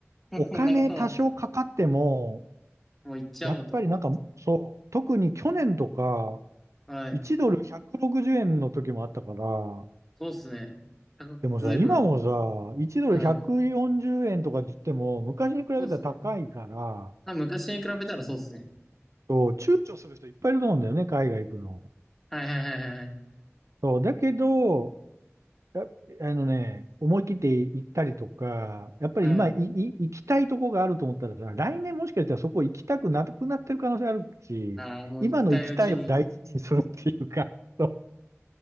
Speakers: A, in the centre; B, on the right (about 85°).
A: <laughs>
B: お金多少かかっても、
A: なるほど。もう行っちゃおうと。
B: やっぱりなんか、そう、特に去年とか、
A: はい。
B: 1ドル160円の時もあったから、
A: そうですね。高く、
B: でもさ、
A: ずいぶん。
B: 今もさ、1ドル140円とか言っても、
A: はい。
B: 昔に比べたら高いから、
A: そうですね。まあ、昔に比べたらそうですね。
B: そう、躊躇する人いっぱいいると思うんだよね、海外行くの。
A: はいはいはいはいはい。
B: そう、だけど、や、あのね、思い切って行ったりとか、やっぱり今い、
A: はい。
B: い、行きたいとこがあると思ったらさ、来年もしかしたらそこ行きたくなくなってる可能性あるし、
A: ああ、もう行きたいうちに
B: 今の行きたいを大事にするっていうか、<laughs> そう